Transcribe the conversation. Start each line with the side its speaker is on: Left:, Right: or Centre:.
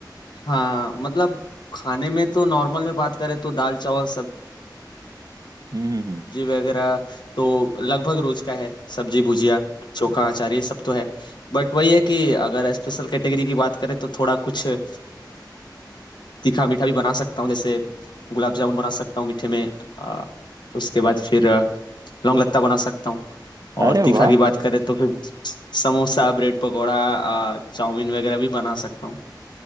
Left: हाँ मतलब खाने में तो नॉर्मल में बात करें तो दाल चावल सब्जी
Right: हम्म हम्म हम्म।
Left: सब्जी वगैरह तो लगभग रोज का है सब्जी भुजिया चोखा अचार ये सब तो है बट वही है कि अगर स्पेशल कैटेगरी की बात करें तो थोड़ा कुछ अ, तीखा मीठा भी बना सकता हूँ जैसे गुलाब जामुन बना सकता हूँ मीठे में अ, उसके बाद फिर अ, लौंग लत्ता बना सकता हूँ और
Right: अरे
Left: तीखा
Right: वाह
Left: की बात करें तो फिर समोसा ब्रेड पकौड़ा अ, चाउमीन वगैरह भी बना सकता हूँ